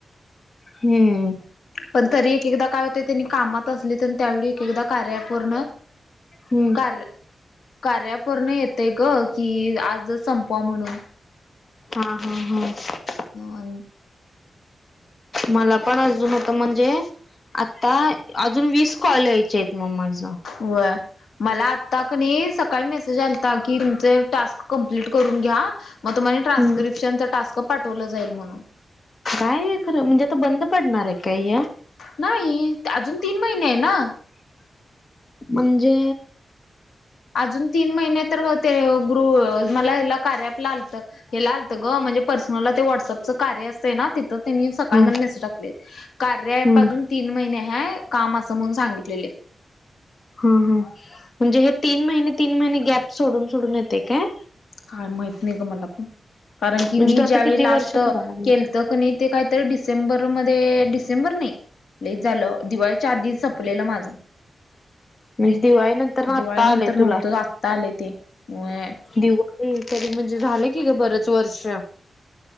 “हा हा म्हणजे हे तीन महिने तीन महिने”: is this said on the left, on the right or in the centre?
Left